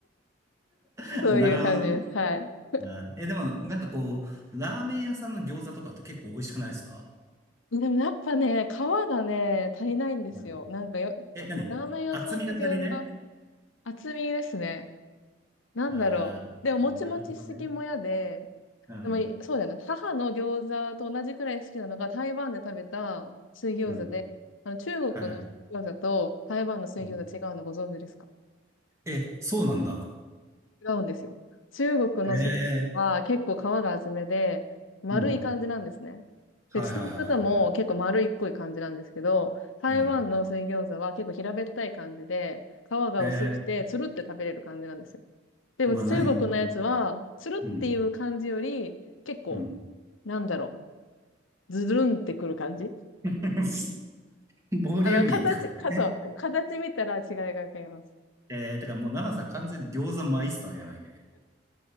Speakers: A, on the right; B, on the left.
A: <laughs>
B: そういう感じです。
A: なるほどね。
B: はい。
A: はいえ、でも、なんかこう、ラーメン屋さんの餃子とかって結構美味しくないですか
B: でもやっぱね、皮がね、足りないんですよ。
A: うん
B: なんかよ、
A: え、何厚みが足りない
B: ラーメン屋さんの餃子、厚みですね。なんだろう。
A: ああー、
B: でも、もちもちしすぎも嫌で、
A: なるほどね。うん、
B: でも、いそうだよね。母の餃子と同じくらい好きなのが、台湾で食べた水餃子で、
A: うん、
B: あの、中国の水餃子と台湾の水餃子違うのご存知ですか
A: はい。うんえ、そうなんだ。
B: 違うんですよ。中国の水餃子は結構皮が厚めで、
A: へえ、
B: 丸い感じなんですね。
A: うん。はいはいはいはいは
B: で、包み方も結構丸いっこい感じなんですけど、台湾の水餃子は結構平べったい感じで、
A: い。うん
B: 皮が薄くて、
A: え
B: つるって食べれる感じなんですよ。でも中国のやつは、
A: ー、うわ、何
B: つるっていう感じより、
A: うん、
B: 結構、
A: うん。
B: なんだろう、ズルンってくる感じ
A: <laughs> ボリューミーってことね。
B: あの、形、か、そう、形見たら違いがわかります。
A: えー、てかもう、ナナさん完全に餃子マイスターやないかい。